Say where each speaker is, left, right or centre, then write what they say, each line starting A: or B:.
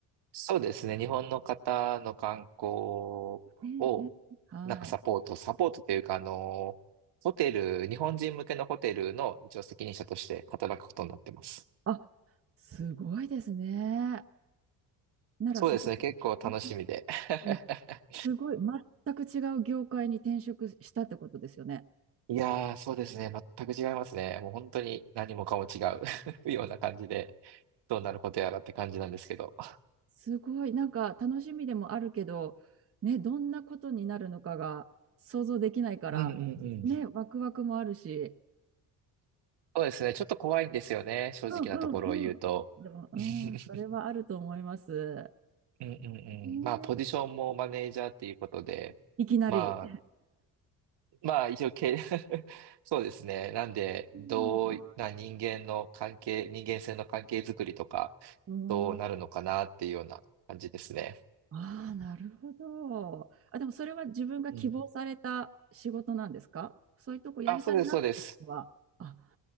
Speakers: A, on the right; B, on the right.
A: そうですね。日本の方の観光を、
B: ええええはい。
A: なんかサポート、サポートというか、あの、ホテル、日本人向けのホテルの一応責任者として働くことになってます。
B: あ、すごいですね。ならそこ、
A: そうですね。結構楽しみで。
B: うん
A: <laughs>
B: うんすごい、全く違う業界に転職したってことですよね。
A: いやー、そうですね。全く違いますね。もう本当に何もかも違う <laughs> ような感じで。どうなることやらって感じなんですけど。<laughs>
B: すごい、なんか楽しみでもあるけど、ね、どんなことになるのかが想像できないから、
A: うんうんうん。
B: ね、ワクワクもあるし、
A: そうですね。ちょっと怖いんですよね。正直なところを言うと。
B: うんうんうん。でも、うん、
A: <laughs>
B: それはあると思います。
A: うんうんうん。
B: ね
A: まあ、ポジションもマネージャーっていうことで、
B: いきなり。
A: まあ、まあ、一応、け <laughs> そうですね。なんで、どうな人間の関係、
B: うん
A: 人間性の関係づくりとか、
B: うん、
A: どうなるのかなっていうような感じですね。
B: ああ、なるほど。あ、でもそれは自分が希望された仕事なんですかそういうとこやりたいなっていうのは。
A: うん。あ、そうです、そうです。
B: あ、